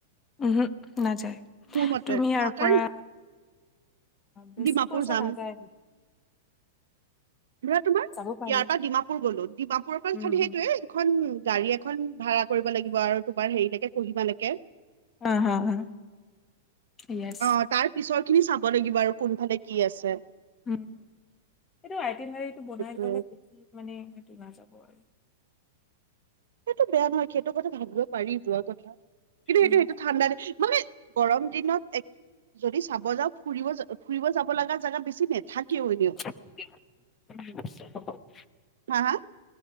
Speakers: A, on the left; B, on the right.
A: উম <unintelligible> নাযায়,
B: মোৰ মতে
A: তুমি ইয়াৰ
B: আহ কাৰণ
A: পৰা বেছি
B: ডিমাপুৰ
A: পইচা
B: যাম
A: নাযায়।
B: ধৰা তোমাৰ ইয়াৰ
A: যাব পাৰি।
B: পৰা ডিমাপুৰ গ'লো, ডিমাপুৰৰ পৰা
A: উম,
B: সেইটোয়ে
A: হুম,
B: এখন গাড়ী এখন ভাড়াত কৰিব লাগিব আৰু তোমাক হেই লেকে কুহিমা লেকে,
A: হা, হা, হা, য়েছ।
B: অ', তাৰ পিছৰ খিনি চা <unintelligible> লাগিব আৰু কোনফালে কি আছে।
A: উম। এইটো <unintelligible> টো
B: সেইটোয়ে
A: বনাই থ'লে, মানে নাযাব আৰু।
B: সেইটো বেয়া নহয় সেইটো কথা ভাভী পাৰি যোৱা কথা কিন্তু
A: উম,
B: এইটো সেইটো ঠাণ্ডা <unintelligible> মানে গৰম দিনত, এক যদি চাব যাওঁ ফুৰিব যা ফুৰিব যাব লগা জেগা বেছি <unintelligible>
A: <unintelligible>
B: এনেও হা হা